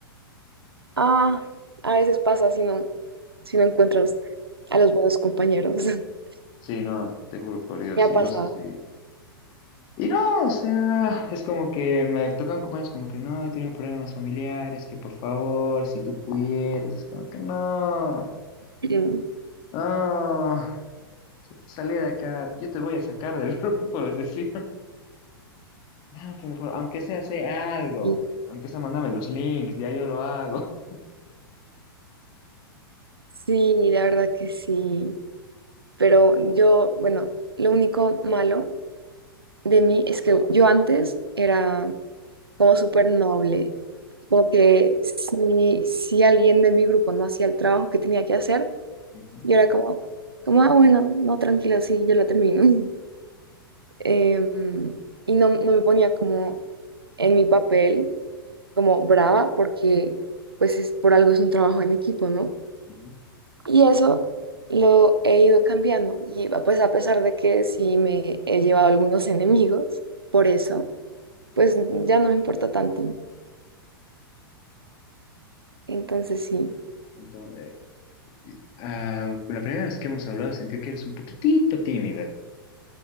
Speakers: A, on the right (about 80°); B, on the left (about 35°).
A: Ah, a veces pasa así, ¿no? si no encuentras
B: Sí,
A: a los buenos compañeros. <laughs>
B: Sí, no, te juro por Dios,
A: Me ha
B: y
A: pasado.
B: no sé si... Y no, o sea, es como que me tocan compañeros como que no, he tenido problemas familiares, que por favor, si tú pudieras, y es como que no,
A: Mm,
B: no. Salí de acá, yo te voy a sacar del <laughs> grupo, les decía. No, pero por- aunque sea, sé algo.
A: Y
B: Aunque sea, mándame los links, ya yo lo hago.
A: sí, la verdad que sí. Pero yo, bueno, lo único malo de mí es que yo antes era como súper noble. Como que si, si alguien de mi grupo no hacía el trabajo que tenía que hacer,
B: <laughs> Ujú,
A: yo era como, como, ah, bueno, no, tranquila, sí, yo lo termino. <laughs> Em, y no, no me ponía como en mi papel como brava porque pues es por algo es un trabajo en equipo, ¿no?
B: ujú.
A: Y eso lo he ido cambiando y pues a pesar de que sí me he llevado algunos enemigos por eso, pues ya no me importa tanto. Entonces sí,
B: Entonces, ah, la primera vez que hemos hablado sentí que eres un poquitito tímida.